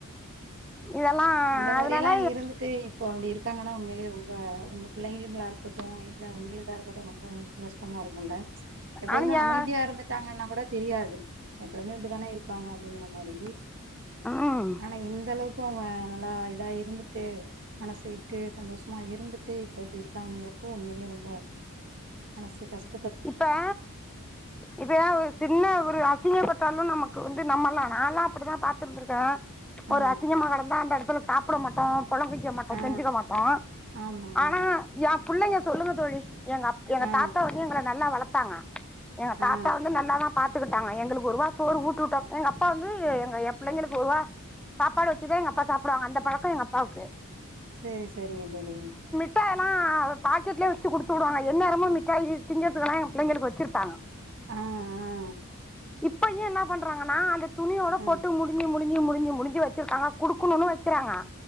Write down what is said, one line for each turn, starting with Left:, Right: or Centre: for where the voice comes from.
Centre: இதெல்லா
Right: அந்த மாரில்லா
Centre: அதனால
Right: இருந்துட்டு இப்போ அப்டி இருக்காங்கன்னா உண்மைலேயே ரொம்ப உங்க பிள்ளைங்களு நல்லாருக் க்கட்டு இல்ல உங்களுக்கா இருக்கட்டு ரொம்ப மனசு கஷ்டமா இருக்குல்ல எப்பொழுதுமே
Centre: அனுயா
Right: அமைதியா இருந்துட் விட்டாங்கன்னா கூட தெரியாது எப்பொழுமே இப்டிதான இருப்பாங்க அப்டிங்கிற மாரி
Centre: ம்
Right: ஆனா இந்தளவுக்கு அவுங்க நல்லா இதா இருந்து ட்டு மனசுவிட்டு சந்தோஷமா இருந்துட்டு இப்ப இப்டி இருக்காங்கிறப்போ உண்மையிலே ரொம்ப மனசு கஷ்
Centre: ப்பா இப்ப ஏன் ஒரு சின்ன ஒரு அசிங்கப்பட்டாலு நமக்கு வந்து நம்மல்லா நால்லா அப்பிடிதா பாத்திருந்திருக்க ஒரு
Right: ஆ
Centre: அசிங்கமா கெடந்தா அந்த எடத்துல சாப்பட மாட்டோ பொழங்க ய்யமாட்டோ
Right: ஆ
Centre: செஞ்சுக்க மாட்டோ
Right: ஆமா
Centre: ஆனா
Right: ஆமா
Centre: என் புள்ளைங்க சொல்லுங்க தோழி எங்க அப் எங்க
Right: ஆ
Centre: தாத்தா வந்து எங்கள நல்லா வளத்தாங்க எங்க தாத்தா
Right: ஆ
Centre: வந்து நல்லாதா பாத்துக்குட்டாங்க எங்களுக்கு ஒருவா சோறு ஊட்டி வுட்டா எங்க அப்பா வந்து எங்க என் பிள்ளைங்களுக்கு ஒருவா சாப்பாடு வச்சுதா எங்க அப்பா சாப்புடுவாங்க அந்த பழக்கோ எங்கப்பாவுக்கு
Right: சேரி செரிங்க தோழி
Centre: ட்டேனா பாக்கெட்லே வெச்சு குடுத்து உடுவாங்க எந்நேரமு மிட்டாய் திங்கறத்துக்கெலா எங்க பிள்ளைங்களுக்கு வச்சிருப்பாங்க
Right: ஆ ஆ
Centre: இப்பயு என்ன பண்றாங்கன்னா அந்த துணியோட
Right: ம்
Centre: போட்டு முட் தின்னி முடுஞ்சு முடுஞ்சு முடுஞ்சு வச்சிருக்காங்க குடுக்குணுன்னு வெக்கறாங்க